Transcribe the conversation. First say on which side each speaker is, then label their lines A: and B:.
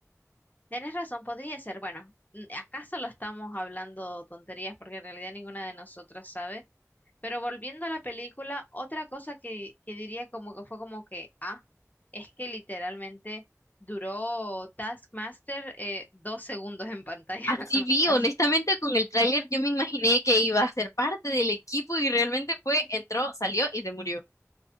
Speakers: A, on the left; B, on the left.
A: Tienes razón, podría ser, bueno, mm, acá solo estamos hablando tonterías porque en realidad ninguna de nosotras sabe Pero volviendo a la película, otra cosa que, que diría como que fue como que, ah, es que literalmente duró Taskmaster eh, dos segundos en pantalla
B: Así
A: <laughs> nada
B: vi,
A: más.
B: honestamente con el tráiler yo me imaginé que iba a ser parte del equipo y realmente fue, entró, salió y se murió.